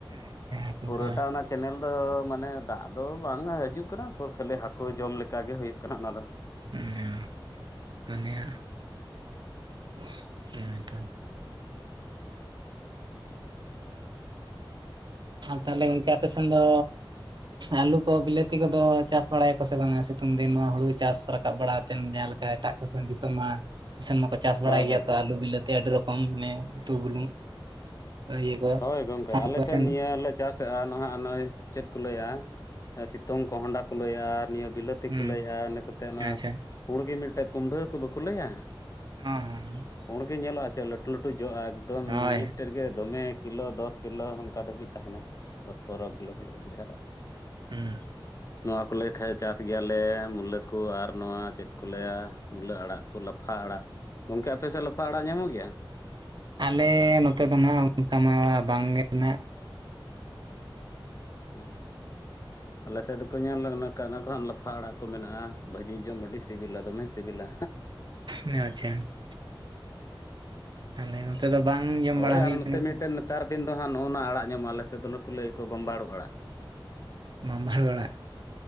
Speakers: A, on the right (about 55°); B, on the left (about 35°).
A: ᱟᱪᱪᱷᱟ ᱦᱟᱹᱠᱩ
B: ᱯᱩᱨᱟᱹᱴᱟᱜ
A: ᱠᱚ
B: ᱚᱱᱟ ᱠᱮᱱᱮᱞ ᱫᱚ ᱢᱟᱱᱮ ᱫᱟᱜ ᱫᱚ ᱵᱟᱝ ᱦᱤᱡᱩᱜ ᱠᱟᱱᱟ ᱯᱚᱨ ᱠᱷᱟᱹᱞᱤ ᱦᱟᱹᱠᱩ ᱡᱚᱢ ᱞᱮᱠᱟ ᱜᱮ ᱦᱩᱭᱩᱜ ᱠᱟᱱᱟ ᱚᱱᱟ ᱫᱚ ᱾
A: <unintelligible> ᱟᱨ ᱛᱟᱦᱚᱞᱮ ᱠᱚᱝᱠᱮ ᱟᱯᱮ ᱥᱮᱱ ᱫᱚ ᱟᱞᱩ ᱠᱚ ᱵᱤᱞᱟᱹᱛᱤ ᱠᱚᱫᱚ ᱪᱟᱥ ᱵᱟᱲᱟᱭᱟ ᱠᱚ ᱥᱮ ᱵᱟᱝ-ᱟ, ᱥᱤᱛᱩᱝ ᱫᱤᱱ ᱱᱚᱣᱟ ᱦᱩᱲᱩ ᱪᱟᱥ ᱨᱟᱠᱟᱵ ᱵᱟᱲᱟ ᱡᱟᱦᱟ ᱞᱮᱠᱟ ᱮᱴᱟᱜ ᱠᱚ ᱥᱮᱱ ᱫᱤᱥᱚᱢ ᱢᱟ ᱪᱟᱥ ᱵᱟᱲᱟᱭ
B: ᱦᱳᱭ
A: ᱜᱮᱭᱟ
B: ᱦᱳᱭ
A: ᱛᱚ
B: ᱜᱚᱢᱠᱮ
A: ᱟᱞᱩ ᱵᱤᱞᱟᱹᱛᱤ ᱟᱹᱰᱤ ᱨᱚᱠᱚᱢ ᱢᱟᱱᱮ ᱩᱛᱩ ᱵᱩᱞᱩᱝ ᱤᱭᱟᱹ ᱠᱚ
B: ᱦᱚᱭ ᱜᱚᱝᱠᱮ ᱟᱞᱮ ᱥᱮᱫ
A: ᱥᱮᱱ
B: ᱱᱤᱭᱟᱹ ᱞᱮ ᱪᱟᱥ ᱟᱨ ᱱᱚᱦᱟᱜ ᱱᱚᱜᱼᱚᱭ ᱪᱮᱫ ᱠᱚ ᱞᱟᱹᱭᱟ, ᱥᱤᱛᱩᱝ ᱠᱚᱦᱚᱸᱰᱟ ᱠᱚ ᱞᱟᱹᱭᱟ ᱟᱨ ᱱᱤᱭᱟᱹ ᱵᱤᱞᱟᱹᱛ ᱛᱮ
A: ᱦᱩᱸ
B: ᱠᱚ ᱞᱟᱹᱭᱟ ᱤᱱᱟᱹ ᱠᱟᱛᱮᱫ ᱚᱱᱟ
A: ᱟᱪᱪᱷᱟ
B: ᱯᱩᱲᱜᱮ ᱢᱤᱫᱴᱮᱡ ᱠᱩᱢᱰᱷᱟᱹᱣ ᱠᱚ ᱵᱟᱠᱚ ᱞᱟᱹᱭᱟ?
A: <unintelligible>
B: ᱯᱩᱬ ᱜᱮ ᱧᱮᱞᱚᱜᱼᱟ ᱥᱮ ᱞᱟᱹᱴᱩ ᱞᱟᱹᱴᱩ ᱡᱚᱜᱼᱟ ᱮᱠᱫᱚᱢ
A: ᱦᱳᱭ
B: ᱢᱤᱫᱴᱮᱱ ᱜᱮ ᱫᱚᱢᱮ ᱠᱤᱞᱳ ᱫᱚᱥ ᱠᱤᱞᱳ ᱚᱱᱠᱟ ᱫᱷᱟᱹᱵᱤᱡ ᱛᱟᱦᱮᱱᱟ ᱫᱚᱥ ᱯᱚᱱᱨᱚ ᱠᱤᱞᱳ ᱠᱤᱞᱳ ᱫᱷᱟᱹᱵᱤᱡ ᱦᱟᱨᱟᱜᱼᱟ᱾
A: ᱦᱮᱸ
B: ᱱᱚᱣᱟ ᱠᱚ ᱞᱟᱹᱭ ᱠᱷᱟᱡ ᱪᱟᱥ ᱜᱮᱭᱟᱞᱮ ᱢᱩᱞᱟᱹ ᱠᱚ ᱟᱨ ᱱᱚᱣᱟ ᱪᱮᱫ ᱠᱚ ᱞᱟᱹᱭᱟ ᱢᱩᱞᱟᱹ ᱟᱲᱟᱜ ᱠᱚ ᱞᱟᱯᱷᱟ ᱟᱲᱟᱜ ᱜᱚᱝᱠᱮ ᱟᱯᱮ ᱥᱮᱫ ᱞᱟᱯᱷᱟ ᱟᱲᱟᱜ ᱧᱟᱢᱚᱜ ᱜᱮᱭᱟ?
A: ᱟᱞᱮ ᱱᱚᱛᱮ ᱫᱚ ᱱᱟᱜ ᱚᱱᱠᱟ ᱢᱟ ᱵᱟᱝᱜᱮ ᱱᱟᱜ
B: <unintelligible> ᱟᱞᱮ ᱥᱮᱫ ᱫᱚᱠᱚ ᱧᱮᱞ ᱚᱱᱟ ᱠᱚ, ᱚᱱᱟ ᱠᱚᱦᱟᱜ ᱞᱟᱯᱷᱟ ᱟᱲᱟᱜ ᱠᱚ ᱢᱮᱱᱟᱜᱼᱟ ᱵᱷᱟᱹᱡᱤ ᱡᱚᱢ ᱟᱹᱰᱤ ᱥᱤᱵᱤᱞᱟ ᱫᱚᱢᱮ ᱥᱤᱵᱤᱞᱟ᱾
A: <unintelligible> ᱛᱟᱦᱚᱞᱮ ᱚᱱᱛᱮ ᱫᱚ ᱵᱟᱝ ᱡᱚᱢ
B: ᱦᱳᱭ
A: ᱵᱟᱲᱟ ᱦᱩᱭ
B: ᱟᱨ
A: ᱟᱠᱟᱱᱟ
B: ᱱᱚᱛᱮ ᱢᱤᱫᱴᱮᱱ ᱱᱮᱛᱟᱨ ᱫᱤᱱ ᱫᱚ ᱦᱟᱸᱜ ᱱᱚᱜᱼᱱᱟ ᱟᱲᱟᱜ ᱧᱟᱢᱚᱜ ᱟᱞᱮ ᱥᱮᱫ ᱱᱩᱠᱩ ᱠᱚᱞᱟᱹᱭ ᱠᱚ ᱵᱟᱢᱵᱟᱲᱩ ᱟᱲᱟᱜ᱾
A: ᱵᱟᱢᱵᱟᱲᱩ ᱟᱲᱟᱜ᱾